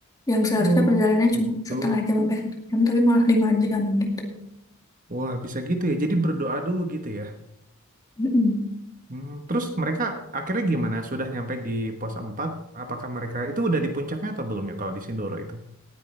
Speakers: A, on the left (about 15°); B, on the right (about 40°).
A: yang seharusnya
B: Oh,
A: perjalanannya cuma
B: gitu.
A: setengah jam sampai satu jam tapi malah lima jam gitu.
B: Wah, bisa gitu ya. Jadi berdoa dulu gitu ya.
A: Mm-mm.
B: Hmm, terus mereka akhirnya gimana? Sudah nyampe di pos 4? apakah mereka itu udah di puncaknya atau belum ya kalau di Sindoro itu?